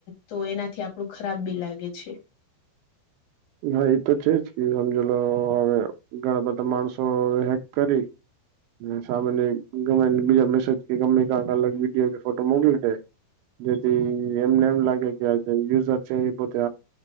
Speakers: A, on the left (about 50°); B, on the right (about 80°).
A: તો એનાથી આપ ડું ખરાબ બી લાગે છે.
B: હા એતો છે જ કે હમજી લો હવે ઘણા બધા માણસો હ હેક કરી અને સામાન્ય ગમે ઈ બીજા મેસેજ કે ગમે કાક અલગ વિડીયો કે ફોટો મોકલી દે. જેથી એમને એમ લાગે કે આ યુઝર છે એ પોતે